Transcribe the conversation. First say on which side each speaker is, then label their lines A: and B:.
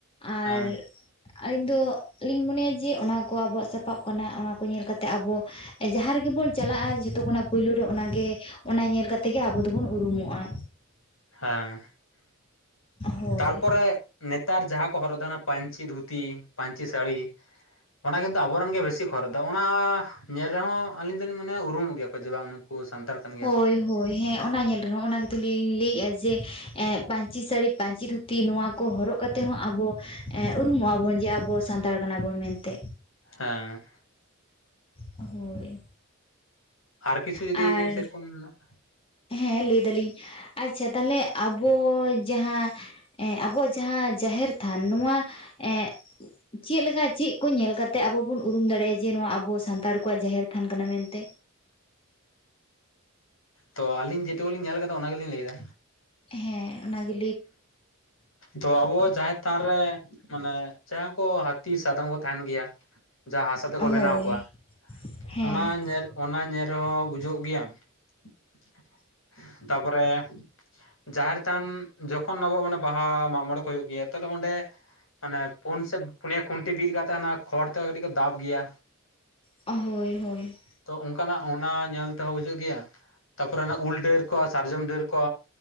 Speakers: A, on the left (about 25°); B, on the left (about 70°).
A: ᱟᱨ
B: ᱦᱮᱸ
A: ᱟᱹᱞᱤᱧ ᱫᱚ ᱞᱤᱧ ᱢᱚᱱᱮᱭᱟ ᱡᱮ ᱚᱱᱟ ᱠᱚ ᱟᱵᱚᱣᱟᱜ ᱥᱟᱯᱟᱵ ᱠᱟᱱᱟ ᱾ ᱚᱱᱟ ᱠᱚ ᱧᱮᱞ ᱠᱟᱛᱮ ᱟᱵᱚ ᱡᱟᱦᱟᱸ ᱨᱮᱜᱮ ᱵᱚᱱ ᱪᱟᱞᱟᱜ-ᱟ ᱡᱷᱚᱛᱚ ᱠᱷᱚᱱᱟᱜ ᱯᱩᱭᱞᱩ ᱨᱮ ᱚᱱᱟᱜᱮ ᱚᱱᱟ ᱧᱮᱞ ᱠᱟᱛᱮᱜ ᱜᱮ ᱟᱵᱚ ᱫᱚᱵᱚᱱ ᱩᱨᱩᱢᱚᱜ-ᱟ
B: ᱦᱮᱸ
A: ᱦᱳᱭ
B: ᱛᱟᱨᱯᱚᱨᱮ ᱱᱮᱛᱟᱨ ᱡᱟᱦᱟᱸ ᱠᱚ ᱦᱚᱨᱚᱜ ᱫᱟ ᱱᱟ ᱯᱟᱹᱧᱪᱤ ᱫᱷᱩᱛᱤ, ᱯᱟᱹᱧᱪᱤ ᱥᱟᱹᱲᱤ, ᱚᱱᱟ ᱜᱮᱛᱚ ᱟᱵᱚᱨᱮᱱ ᱜᱮ ᱵᱮᱥᱤ ᱠᱚ ᱦᱚᱨ ᱫᱚ ᱚᱱᱟ ᱧᱮᱞ ᱨᱮᱦᱚᱸ ᱟᱹᱞᱤᱧ ᱫᱚᱞᱤᱧ ᱢᱟᱱᱮ ᱩᱨᱩᱢᱚᱜ ᱜᱮᱭᱟ ᱯᱟᱪᱮ ᱵᱟᱝ ᱱᱩᱠᱩ ᱥᱟᱱᱛᱟᱲ ᱠᱟᱱ ᱜᱮᱭᱟ
A: ᱦᱳᱭ
B: ᱠᱚ
A: ᱦᱳᱭ ᱦᱮᱸ ᱚᱱᱟ ᱧᱮᱞ ᱨᱮᱦᱚᱸ, ᱚᱱᱟ ᱜᱮᱛᱚ ᱞᱤᱧ ᱞᱟᱹᱭᱮᱜ-ᱟ ᱡᱮ, ᱮᱸᱜ ᱯᱟᱹᱧᱪᱤ ᱥᱟᱹᱲᱤ, ᱯᱟᱹᱧᱪᱤ ᱫᱷᱩᱛᱤ, ᱱᱚᱣᱟ ᱠᱚ ᱦᱚᱨᱚᱜ ᱠᱟᱛᱮᱜ ᱦᱚᱸ ᱟᱵᱚ, ᱮᱸ ᱩᱨᱩᱢᱚᱜ ᱟᱵᱚᱱ ᱡᱮ ᱟᱵᱚ ᱥᱟᱱᱛᱟᱲ ᱠᱟᱱᱟ ᱵᱚᱱ ᱢᱮᱱᱛᱮ᱾
B: ᱦᱮᱸ᱾
A: ᱦᱳᱭ᱾
B: ᱟᱨ ᱠᱤᱪᱷᱩ ᱡᱩᱫᱤ
A: ᱟᱨ
B: ᱥᱮᱨᱚᱠᱚᱢ ᱱᱟᱜ
A: ᱦᱮᱸ, ᱞᱟᱹᱭ ᱫᱟᱹᱞᱤᱧ ᱟᱪᱪᱷᱟ ᱛᱟᱦᱚᱞᱮ ᱟᱵᱚ ᱡᱟᱦᱟᱸ ᱟᱵᱚᱣᱟᱜ ᱡᱟᱦᱟᱸ ᱡᱟᱦᱮᱨ ᱛᱷᱟᱱ ᱱᱚᱣᱟ ᱮᱸ ᱪᱮᱫᱞᱮᱠᱟ ᱪᱮᱫ ᱠᱚ ᱧᱮᱞ ᱠᱟᱛᱮᱜ ᱟᱵᱚ ᱵᱚᱱ ᱩᱨᱩᱢ ᱫᱟᱲᱮᱜ-ᱟ, ᱡᱮ ᱱᱚᱶᱟ ᱟᱵᱚ ᱥᱟᱱᱛᱟᱲ ᱠᱚᱣᱟᱜ ᱡᱟᱦᱮᱨ ᱛᱷᱟᱱ ᱠᱟᱱᱟ ᱢᱮᱱᱛᱮ?
B: ᱛᱚ ᱟᱹᱞᱤᱧ ᱡᱮ ᱴᱩᱠᱩ ᱞᱤᱧ ᱧᱮᱞ ᱠᱟᱫᱟ ᱚᱱᱟ ᱜᱮᱞᱤᱧ ᱞᱟᱹᱭᱫᱟ᱾
A: ᱦᱮᱸ ᱚᱱᱟ ᱜᱮ,
B: ᱛᱚ ᱟᱵᱚ ᱡᱟᱦᱮᱨ ᱛᱷᱟᱱ ᱨᱮ ᱢᱟᱱᱮ ᱡᱟᱦᱟᱸᱭ ᱠᱚ ᱦᱟᱹᱛᱤ ᱥᱟᱫᱚᱢ ᱠᱚ ᱛᱟᱦᱮᱸᱱ ᱜᱮᱭᱟ ᱡᱟᱦᱟᱸ ᱦᱟᱥᱟ ᱛᱮᱠᱚ ᱵᱮᱱᱟᱣ
A: ᱦᱳᱭ
B: ᱠᱚᱣᱟ
A: ᱦᱮᱸ
B: ᱚᱱᱟ ᱧᱮᱞ ᱚᱱᱟ ᱧᱮᱞ ᱨᱮᱦᱚᱸ ᱵᱩᱡᱷᱟᱹᱜ ᱜᱮᱭᱟ ᱾ ᱛᱟᱯᱚᱨᱮ ᱡᱟᱦᱮᱨ ᱛᱷᱟᱱ᱾ ᱡᱚᱠᱷᱚᱱ ᱟᱵᱚᱣᱟᱜ ᱢᱟᱱᱮ ᱵᱟᱦᱟ ᱢᱟᱜ ᱢᱚᱬᱮ ᱠᱚ ᱦᱩᱭᱩᱜ ᱜᱮᱭᱟ ᱛᱟᱦᱞᱮ ᱚᱸᱰᱮ ᱢᱟᱱᱮ ᱯᱩᱱ ᱥᱮᱜ ᱯᱩᱱᱭᱟ ᱠᱷᱩᱱᱴᱤ ᱵᱤᱫ ᱠᱟᱛᱮᱜ ᱦᱟᱱᱟ ᱠᱷᱚᱲ ᱛᱮ ᱟᱹᱣᱨᱤ ᱠᱚ ᱫᱟᱵ ᱜᱮᱭᱟ᱾
A: ᱦᱳᱭ ᱦᱳᱭ
B: ᱛᱚ ᱚᱝᱠᱟᱱᱟᱜ ᱚᱱᱟ ᱧᱮᱞ ᱛᱮ ᱦᱚᱸ ᱵᱩᱡᱷᱟᱹᱜ ᱜᱮᱭᱟ, ᱛᱟᱯᱚᱨᱮ ᱚᱱᱟ ᱩᱞ ᱰᱟᱹᱨ ᱠᱚ, ᱥᱟᱨᱡᱚᱢ ᱰᱟᱹᱨ ᱠᱚ,